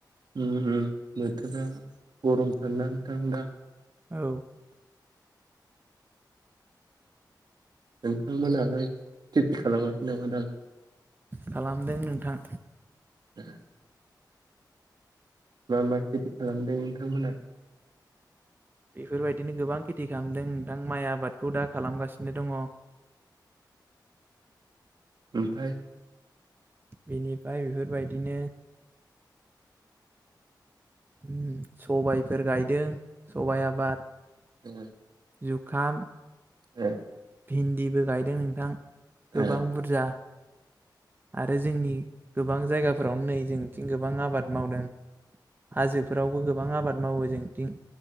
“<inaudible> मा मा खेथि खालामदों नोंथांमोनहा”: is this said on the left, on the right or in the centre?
Right